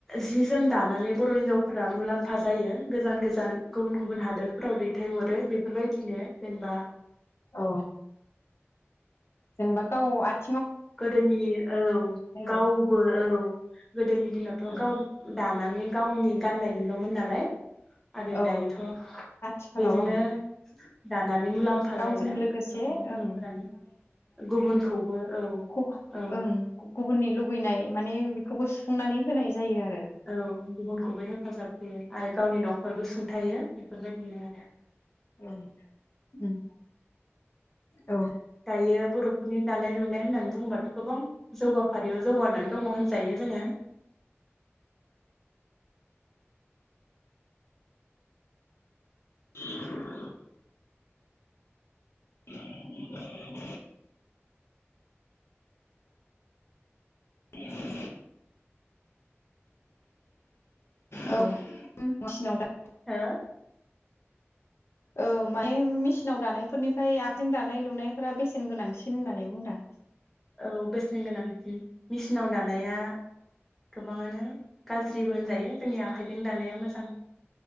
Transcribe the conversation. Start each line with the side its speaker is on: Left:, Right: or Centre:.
Centre: जि जोम दानानै बर' हिनजावफोरा मुलाम्फा जायो गोजान गोजान गुबुन गुबुन हादोरफोराव दैथायहरो बेफोरबायदिनो जेनबा
Left: औ जेनेबा गाव आथ
Centre: गोदोनि औ गावबो
Left: औ
Centre: औ गोदोनि दिनावथ'
Left: ओं
Centre: गाव दानानै गावनि गाननायनिल'मोन नालाय आरो
Left: औ
Centre: दायोथ'
Left: आथिखालाव
Centre: बेजोंनो
Left: ओं
Centre: दा नानै मुलाम्फा
Left: गावजों
Centre: जायोना
Left: लोगोसे
Centre: गोबां हिन्जावफोरानो
Left: ओं
Centre: गुबुनखौबो औ
Left: ख'
Centre: औ
Left: ओं गु-गुबुननि लुबैनाय माने खौबो सुफुंनानै होनाय जायो आर
Centre: औ गुबुनखौबो हेफाजाब होयो। आरो गावनि न'खरबो सुंथायो बेफोरबायदिनो आरो।
Left: औ उम औ।
Centre: दायो बर'फोरनि दानाय लुनाय होननानै बुङोबाथ' गोबां जौगाफारियाव जौगानानै दङ होनजायो जोङो।
Left: <unintelligible> <unintelligible> <unintelligible> <inaudible> औ मेसिनाव दा
Centre: हो
Left: औ माने मेसि सिनाव दानायफोरनिफाय आखाइजों दानाय लुनायफोरा बेसेन गोनांसिन होननानै बुंदां।
Centre: औ बेसेन गोनांसिन मेसिनाव दानाया गोबाङानो गाज्रिबो होनजायो जोंनि आखाइजों दानाया मोजां।